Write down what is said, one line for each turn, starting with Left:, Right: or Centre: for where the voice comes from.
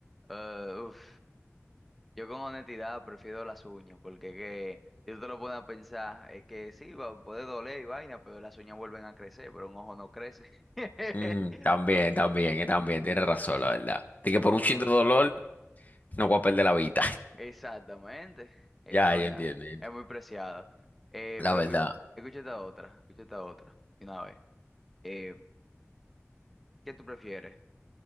Centre: Eh, uf. Yo con honestidad prefiero las uñas, porque que, si tú te lo pones a pensar, es que sí, va, puede doler y vaina, pero las uñas vuelven a crecer, pero un ojo no crece. <laughs>
Left: Mm, también, también, eh, también, tienes razón, la verdad. De que
Centre: Un
Left: por
Centre: ojo
Left: un chin
Centre: no vuelve.
Left: de dolor No voy a perder la vida. <laughs>
Centre: Exactamente. Es
Left: Ya,
Centre: una vaina,
Left: ya entiendo, ya entiendo.
Centre: es muy preciada. Eh,
Left: La
Centre: pero
Left: verdad.
Centre: escu- escucha esta otra, escucha esta otra, de una vez. Eh, ¿qué tú prefieres?